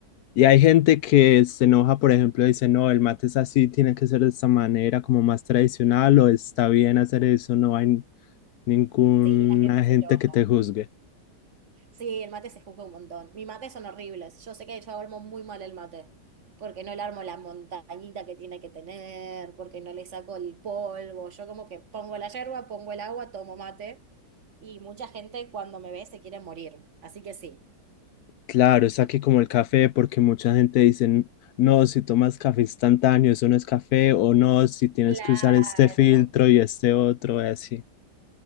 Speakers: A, on the left (about 70°); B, on the right (about 50°).
A: Y hay gente que se enoja, por ejemplo, dice, no, el mate es así, tiene que ser de esta manera, como más tradicional, o está bien hacer eso, no hay ninguna
B: Sí, la gente se
A: gente
B: enoja.
A: que te juzgue.
B: Sí, el mate se juzga un montón. Mis mates son horribles. Yo sé que yo armo muy mal el mate, porque no le armo la montañita que tiene que tener, porque no le saco el polvo. Yo como que pongo la yerba, pongo el agua, tomo mate, y mucha gente cuando me ve se quiere morir. Así que sí.
A: Claro, está
B: me-
A: aquí como el café, porque mucha gente dice, "N- no, si tomas café instantáneo, eso no es café, o no, si tienes
B: Claro.
A: que usar este filtro y este otro, y así.